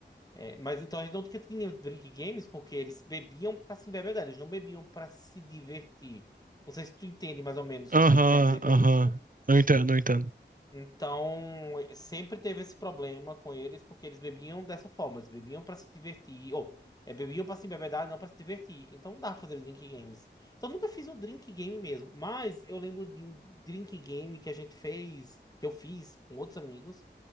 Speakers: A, on the left; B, on the right.
A: É, mas então a gente não tinha tinha drink games porque eles bebiam pra se embebedar, eles não bebiam pra se divertir. Não sei se tu entende mais ou menos
B: Aham,
A: o que quer dizer com
B: aham.
A: isso.
B: Eu entendo, não entendo.
A: Então, sempre teve esse problema com eles, porque eles bebiam dessa forma, eles bebiam pra se divertir, ou é, bebiam pra se embebedar, não pra se divertir. Então não dá pra fazer drink games. Então eu nunca fiz um drink game mesmo, mas eu lembro de um drink game que a gente fez, que eu fiz com outros amigos,